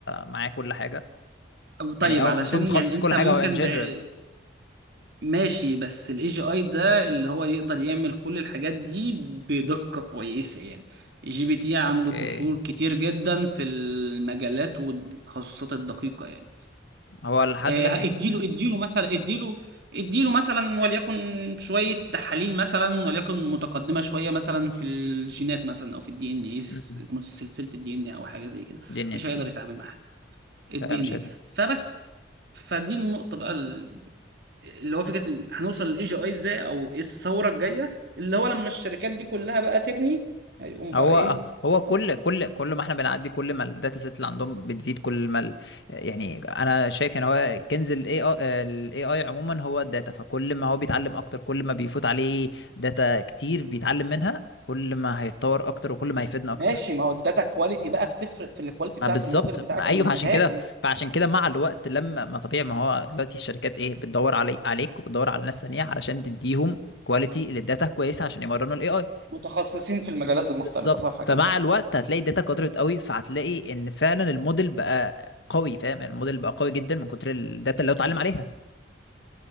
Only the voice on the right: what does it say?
طب- طيب
علشان
يعني انت
ممكن
بع... ماشي بس الاي جي اي ده اللي هو يقدر يعمل كل الحاجات دي بدقة كويسة يعني جي بي تي عنده
قصور كتير جدا في المجالات والتخصصات الدقيقة يعني
آه،
اديله اديله مثلا اديله اديله مثلا وليكن شويه تحاليل مثلا وليكن متقدمه شويه مثلا في الجينات مثلا او في الدي ان اي
سلسله الدي ان او حاجه زي كده
مش هيقدر يتعامل معاها الدي
ان اي
فبس فدي النقطه بقى ال- اللي هو فكره ال- هنوصل للاي جي اي ازاي او ايه الثوره الجايه اللي هو لما الشركات دي كلها بقى تبني هيقوم
بقى ايه
ماشي ما هو الداتا كواليتي بقى بتفرق في الكواليتي
بتاعت
الموديل بتاعك
النهائي
متخصصين في المجالات المختلفة
صح كده